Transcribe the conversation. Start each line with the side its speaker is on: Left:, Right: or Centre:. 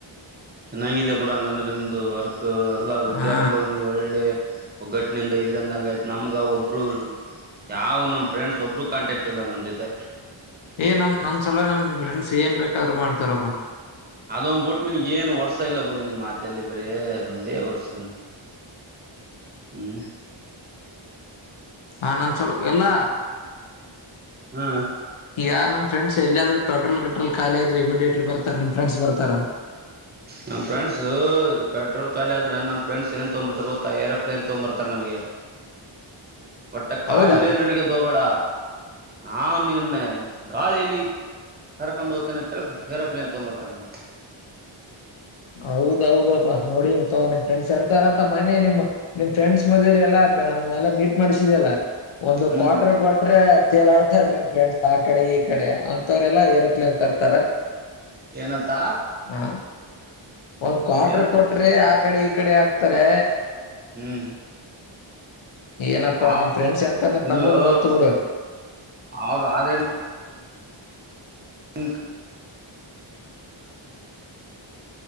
Right: ಚೆನ್ನಾಗಾಗಿದೆ ಬೂಡ ಹಂಗಂದ್ರೆ ನಿಮ್ದು ವರ್. ಎಲ್ಲಾ ವಿದ್ಯಾರ್ಥಿಗಳು
Left: ಹಾ
Right: ನೀವು ಒಳ್ಳೆ. ಒಗ್ಗಟ್ಟನಿಂದ ಇದ್ರಂದಂಗ ಆಯ್ತು ನಮ್ಗ ಒಬ್ರು ಯಾವ್ ನಮ್ ಫ್ರೆಂಡ್ಸ್ ಒಬರು ಕಾಂಟ್ಯಾಕ್ಟ್ ಇಲ್ಲ ನಮ್ ಜೊತೆ.
Left: ಏ ನಮ್ ನಮ್ ಸಲ ನಮ್ ಫ್ರೆಂಡ್ಸ್ ಏನ್ ಬೇಕಾದ್ರು ಮಾಡ್ತಾರಪ್ಪಾ.
Right: ಅದೊಂದ್ಬುಟ್ಟು ನಿನ್ ಏನ್ ಒಡ್ಸ ಇಲ್ಲ ಬಿಡು ನಿನ್ ಮಾತಲ್ಲಿ ಬರ ಅದೊಂದೇ ಒರ್ಸು ಹ್ಮ್.
Left: ಹಾ ನನ್ಸಲ್ ಎಲ್ಲ.
Right: ಹ್ಮ್.
Left: ಈಗ ನಮ್ಮ ಫ್ರಂಡ್ಸ್ ಎಲ್ಲಿಾದ್ರೂ ಪೆ್ರೋಲ್ಟ್ರೋ ಖಾಲಿ ಇದ್ರೆ ಇಮಿಿಯೇಟ್ಲಿ ಬರ್ಾರೆ ನಿಮ ಫ್ರೆಂಡ್ಸ್ರ್ತಾರ.
Right: ನಮ್ಮ ಫ್ರೆಂಡ್ಸ ಪೆಟ್ರೋಲ್ ಖಾಲಿ ಆದ್ರೆ ನಮ್ ಫ್ರೆಂಡ್ಸ್ ಏನ್ ತೊ್ಬರ್ತಾರೆ ಗೊತ್ತಾ ಏರೋಪ್್ಲೇನ್ ತಗ್ಬರ್ತಾರ ನಮ್ಗೆ. ಒಟ್ಟ ಕೇ
Left: ಹೌದಾ
Right: ನಡಿಗೆದೋಬೇಡ. ನಾ ನಿನ್ನ ಗಾಳಿಯಲ್ಲಿ ಕರ್ಕೊಂಡು ಹೋಗ್ತೇನೆ ಅಂತೇಳ ಏರೋಪ್ಲೇನ್ ತಗಂಬರ್ತನೆ ನನ್ಗ.
Left: ಹೌದೌದಪ್ಪಾ ನೋಡಿನ್ ತಗ ನಿಮ್ ಫ್ರೆಂಡ್ಸ್ ಎಂತಾರಂತ ಮನೆ ನಿಮ್ ನಿಮ್ ಫ್ರೆಂಡ್ಸ್ ಮದ್ವೆಲೀ ಎಲ್ಲಾ ನಮ್ ಎಲ್ಲಾ ಮೀಟ್ ಮಾಡ್ಸಿದಲ್ಲ ಒಂದು
Right: ಹ್ಮ್
Left: ಕ್ವಾಟ್ರ ಕ್ವಟ್ರೆ <unintelligible> ಫ್ರೆಂಡ್ಸ್ ಆ ಕಡೆ ಈ ಕಡೆ. ಮವರೆೆಲ್ಲಾ ಏರೋಪ್ಲೇನ್ ತರ್ತಾರ.
Right: ಏನಂತ.
Left: ಹ ಒಂದ್ ಕ್ವಾರಟರ್
Right: ಏನ
Left: ಕೊಟ್ರೆ ಆ ಕಡೆ ಈ ಕಡೆ ಹಾಕ್ತಾರೆ.
Right: ಹ್ಮ್
Left: ಏನಪ್ಪಾ
Right: ಅವ್
Left: ನಿಮ ಫ್ರೆಂಡ್ಸ್ ಎಂತನತ್
Right: ಇಲ್ಲೋ
Left: ನಮಗೂನ್ ಗೊತ್ತು ಬಿಡು
Right: ಅವ್ರ ಆದ್ರೆ <unintelligible> ಹ್ಮ್